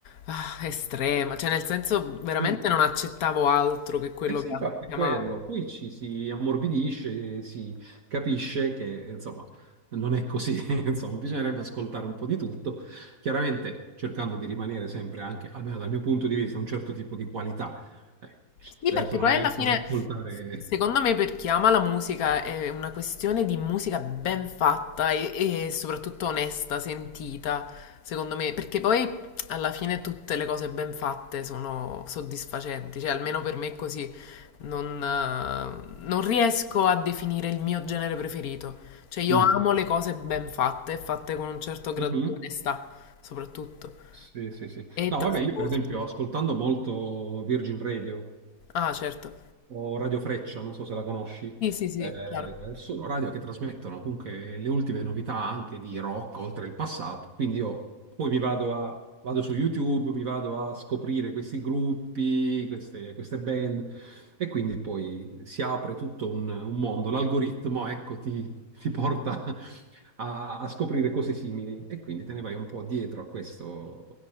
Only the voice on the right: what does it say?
mm.
Eh sì,
infatti
è quello, poi ci si ammorbidisce, si capisce che insomma non è così, <laughs> insomma bisognerebbe ascoltare un po' di tutto, chiaramente cercando di rimanere sempre anche, almeno dal mio punto di vista, un certo tipo di qualità. Eh, c-
certo
non mi metto
ad ascoltare...
Mm.
Mhm.
Sì, sì, sì.
No,
vabbè, io per esempio ascoltando molto Virgin Radio,
o Radio Freccia, non so se la conosci,
eh,
sono radio che trasmettono comunque le ultime novità anche di rock oltre il passato. Quindi io poi mi vado a, vado su YouTube, mi vado a scoprire questi gruppi, queste, queste band e quindi poi si apre tutto un, un mondo. L'algoritmo, ecco, ti, ti porta <laughs> a, a scoprire cose simili e quindi te ne vai un po' dietro a questo